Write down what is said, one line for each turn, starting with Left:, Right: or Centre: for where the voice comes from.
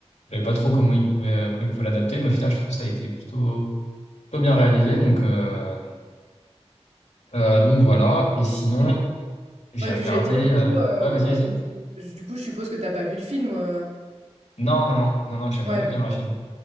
Left: je savais pas trop comment il pouvait euh, comment il pouvait l'adapter mais au final je trouve que ça a été plutôt plutôt bien réalisé donc euh, euh, donc voilà et sinon
Right: Et
Left: j'ai
Right: ouais,
Left: regardé
Right: du j'allais dire, du coup,
Left: euh,
Right: heu,
Left: ouais vas-y vas-y
Right: du du coup, je suppose que t'as pas vu le film, heu?
Left: non non non non non je savais
Right: Ouais,
Left: même pas
Right: non.
Left: qu'il y avait un film